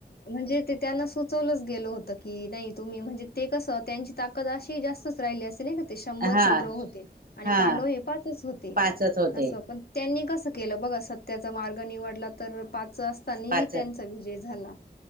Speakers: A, on the left; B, on the right.
A: म्हणजे त्यांना सुचवलंच गेलं होत की नाही तुम्ही म्हणजे ते कसं त्यां ताकद अशी जास्तच राहिली असे नाही का? ते शंभर
B: हा
A: कौरव होते आणि
B: हा
A: पांडव हे पाचच होते
B: पाचच होते
A: अस पण त्यांनी कसं केलं बघा सत्याचा मार्ग निवडला तर पाच असतानाही
B: पाच
A: त्यांचा विजय झाला.